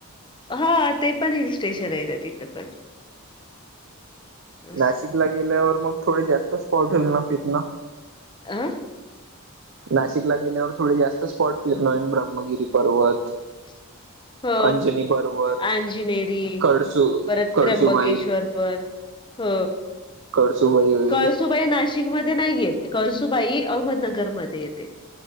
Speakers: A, on the left (about 20°); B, on the right (about 60°).
A: हा ते पण हिल स्टेशन आहे तिथं पण. असं
B: नाशिकला गेल्यावर मग थोडे जास्त स्पॉट होेल ना फिरना.
A: आं
B: नाशिकला गेल्यावर थोडे जास्त स्पॉट फिरनोयन ब्रह्मगिरी पर्वत
A: <inaudible> हो
B: अंजनी पर्वत
A: आंजिनेरी
B: कडसू
A: परत
B: कडसूबाई
A: त्र्यंबकेश्वर पण. हो
B: कडसूबाई होईल
A: कळसू बाई नाशिकमध्ये नाही येते कळसुबाई अहमदनगरमध्ये येते.